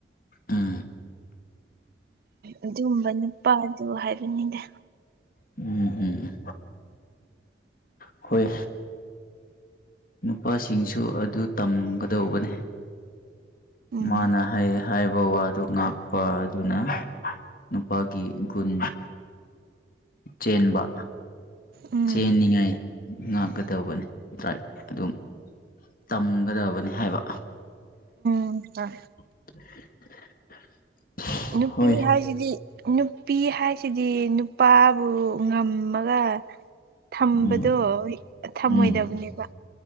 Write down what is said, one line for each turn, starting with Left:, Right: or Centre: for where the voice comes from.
Left: ꯎꯝ
Right: ꯑꯗꯨꯝꯕ ꯅꯨꯄꯥꯗꯨ ꯍꯥꯏꯕꯅꯤꯗ
Left: ꯎꯝ ꯎꯝ ꯍꯣꯏ ꯅꯨꯄꯥꯁꯤꯡꯁꯨ ꯑꯗꯨ ꯇꯝꯒꯗꯧꯕꯅꯦ
Right: ꯎꯝ
Left: ꯃꯥꯅ ꯍꯥꯏ ꯍꯥꯏꯕ ꯋꯥꯗꯣ ꯉꯥꯛꯄ ꯑꯗꯨꯅ ꯅꯨꯄꯥꯒꯤ ꯒꯨꯟ ꯆꯦꯟꯕ
Right: ꯎꯝ
Left: ꯆꯦꯟꯅꯤꯡꯉꯥꯏ ꯉꯥꯛꯀꯇꯧꯕꯅꯦ ꯗ꯭ꯔꯥꯏꯕ ꯑꯗꯨꯝ ꯇꯝꯒꯗꯕꯅꯦ ꯍꯥꯏꯕ
Right: <unintelligible>
Left: <inaudible>
Right: ꯅꯨꯄꯤ
Left: ꯍꯣꯏ
Right: ꯍꯥꯏ ꯁꯤꯗꯤ ꯅꯨꯄꯤ ꯍꯥꯏꯁꯤꯗꯤ ꯅꯨꯄꯥꯕꯨ ꯉꯝꯃꯒ ꯊꯝꯕꯗꯣ
Left: ꯎꯝ
Right: ꯊꯝꯃꯣꯏꯗꯕꯅꯦꯕ
Left: ꯎꯝ